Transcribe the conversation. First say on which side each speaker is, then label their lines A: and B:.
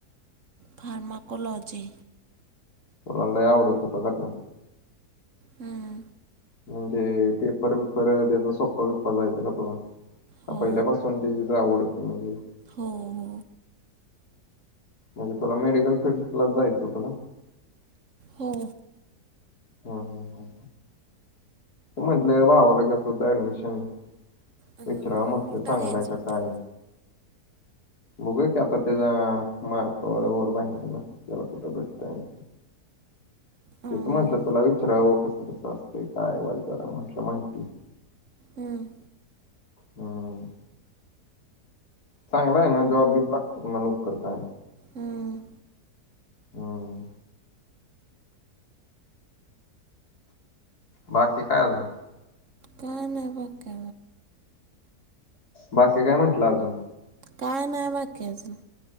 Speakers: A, on the right; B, on the left.
A: फार्माकोलॉजी
B: तुम्हाला लय आवडत होता का तो
A: हं
B: म्हणजे पेपर बिपर त्याचा सोप्पा बिप्पा जायचा का तुला?
A: हो
B: पहिल्यापासून त्याजीच आवड होती म्हणजे
A: हो हो.
B: मग तुला मेडिकल फील्ड ला जायचं होत का?
A: हो.
B: हं हं हं. म्हटलं भावाला घ्यायचं होत ऍडमिशन?
A: हम्म.
B: विचरवा म्हटलं
A: कुठं
B: चांगलंय
A: घ्यायचं
B: हाय का
A: होतं
B: काय? बघूया की आता त्याचा मार्कावर बाहेर त्याला कुठं भेटतंय आण
A: हम्म.
B: तेच म्हटलं तुला विचारावं कसं कसं असत काय जरा म्हंटलं माहिती.
A: हम्म.
B: हम्म. चांगला आहे ना जॉबबीब लागतो तुमाला लवकर काय?
A: हम्म.
B: हम्म. बाकी काय आजु
A: काय नाही बा आता
B: बाकी काय म्हंटलं अजून?
A: काय नाय बाकी अजून?